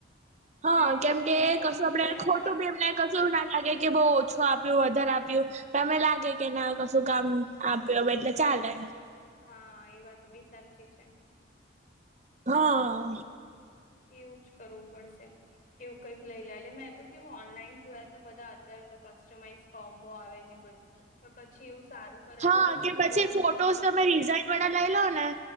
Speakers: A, on the right (about 35°); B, on the left (about 45°).
A: હા
B: મેં તો
A: કેમ
B: ઓનલાઈન
A: કે કશું આપડેને
B: જોયા
A: ખોટું
B: તા
A: બી એમને કુ એવું ના લાગે કે બઉ ઓછું આપ્યું વધારે આપ્યું પણ અમે લાગે કે ના કશું કામ આપ્યું એટલે ચાલે.
B: હા એ વાત બી સાચી છે.
A: હા.
B: એવું જ કરવું પડશે એવું કંઈક લઈ લ લે મેં તો કેવું ઓનલાઈન જોયા ત બધા અત્યારે કસ્ટમાઇઝ કોમ્બો આવેને પણ પછી એવું સારું કરવા
A: હા
B: જ તો
A: કે પછી
B: બહુ
A: ફોટોસ
B: મોંઘું
A: તમે રિઝાઈન વાળા લઈ લો ને